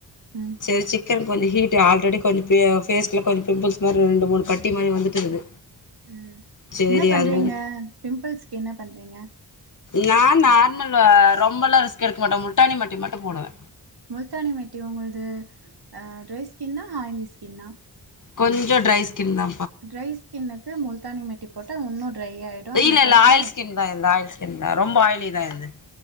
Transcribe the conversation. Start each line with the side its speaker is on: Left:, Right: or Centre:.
Right: ம்
Left: சேர் சி க்கன் கோழி ஹீட்டு ஆல்ரெடி கொஞ்ச பே ஃபேஸ்ல கொஞ் பிம்பிள்ஸ் மாரி ஒரு ரெண்டு மூனு கட் ட்டி மாரி வந்துட்டுக்குது
Right: ம்
Left: சேரி
Right: என்ன பண்றீங்க
Left: அதுவு
Right: பிம்பிள்ஸ்க்கு என்ன பண்றீங்க
Left: நா நார்மலு ரொம்பலா ரிஸ்க் எடுக்க மாட்டே முல்டானி மட்டி மட்டு போடுவே
Right: முல்தானி மெட்டி ஒங்கள்து ஆ ட்ரை ஸ்கின்னா ஆய்லி ஸ்கின்னா
Left: கொஞ்சோ ட்ரை ஸ்கின் தா
Right: ட்ரை ஸ்கின்னுக்கு முல்தானி மெட்டி போட்டா உன்னு ட்ரை ஆய்டு அந்த
Left: இல்ல இல்ல
Right: கட்டியு
Left: ஆயில் ஸ்கின் தா என்து ஆய்ல் ஸ்கின் தா ரொம்ப ஆய்லி தா இது